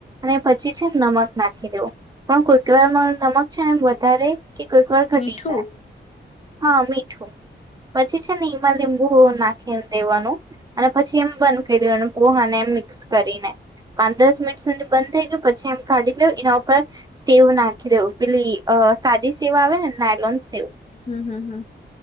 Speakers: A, on the right (about 20°); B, on the left (about 35°).
A: અને પછી છે નમક નાખી દઉ, પણ કોઈક વાર માર નમક છે ને વધારે કે કોઈક વાર ઘટી
B: મીઠું
A: જાય. હા મીઠું પછી છે ને એમાં લીંબુ નાખી દેવાનું અને પછી એમ બંધ કરી દેવાનું, પોહાને એ મિક્સ કરીને પાંચ દસ મિનિટ સુધી બંધ થઈ ગયું પછી એમ કાઢી લ એનાર પણ સવું નાખી દેવું પેલી અ સાદી સેવા આવે ને નાયલોન સેવા.
B: હમ હમ હમ.